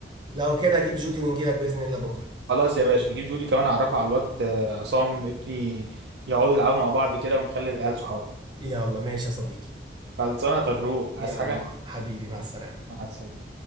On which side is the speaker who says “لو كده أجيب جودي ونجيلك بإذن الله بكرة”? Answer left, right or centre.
Right